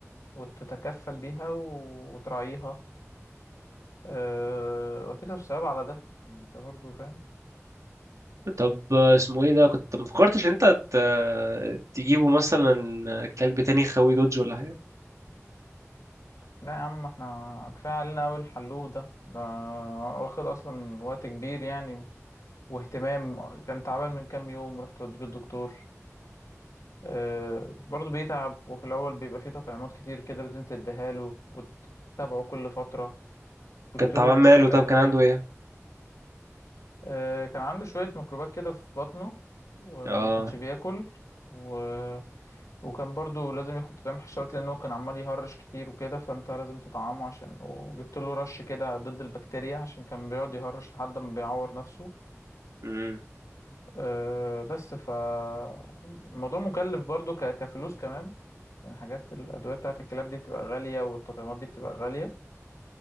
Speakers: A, on the left; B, on the right.
A: وتتكفل بيها و... وتراعيها أه... وتكسب ثواب على ده يعني انت برضو فاهم
B: طب اسمه ايه ده كنت ما فكرتش ان انت ت- تجيبه مثلا كلب تاني خوي دوج ولا حاجة
A: لا يا عم احنا كفاية علينا أوي الحلوف ده ده واخد أصلا وقت كبير يعني واهتمام كان تعبان من كام يوم رحت وديه الدكتور اه برضه بيتعب وفي الأول بيبقى فيه تطعيمات كتير كده لازم تديها له وتتابعه كل فترة جبت
B: كان تعبان
A: له
B: ماله
A: شوية
B: طب
A: أدوية
B: كان عنده ايه؟
A: آه، كان عنده شوية ميكروبات كده في بطنه وما
B: اه
A: كانش بياكل و... وكان برضو لازم ياخد تطعيم حشرات لأنه كان عمال يهرش كتير وكده فأنت لازم تطعمه عشان وجبت له رش كده ضد البكتيريا عشان كان بيقعد يهرش لحد ما بيعور نفسه
B: مم.
A: آه، بس ف الموضوع مكلف برضو ك... كفلوس كمان يعني حاجات الأدوية بتاعة الكلاب دي بتبقى غالية والتطعيمات دي بتبقى غالية